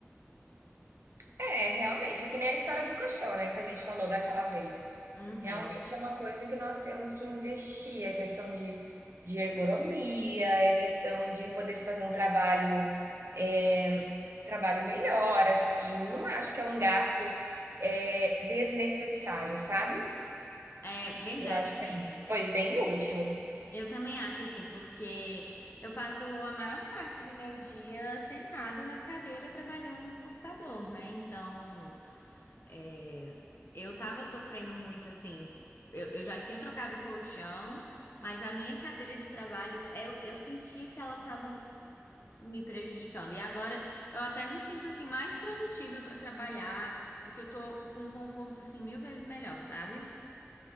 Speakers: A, on the right (about 60°); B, on the left (about 55°).
A: É, realmente, é que nem a história do colchão, né, que a gente falou daquela vez.
B: Uhum.
A: Realmente é uma coisa que nós temos que investir, é questão de, de ergonomia, é questão de poder fazer um trabalho, é, trabalho melhor, assim. Não acho que é um gasto, é, desnecessário, sabe?
B: É verdade,
A: Eu acho
B: amiga.
A: que é, foi bem útil.
B: Eu também acho assim, porque eu passo a maior parte do meu dia sentada na cadeira trabalhando no computador, né? Então, é, eu tava sofrendo muito assim. Eu, eu já tinha trocado o colchão, mas a minha cadeira de trabalho, eu, eu sentia que ela tava me prejudicando. E agora eu até me sinto assim mais produtiva para trabalhar, porque eu tô com um conforto assim mil vezes melhor, sabe?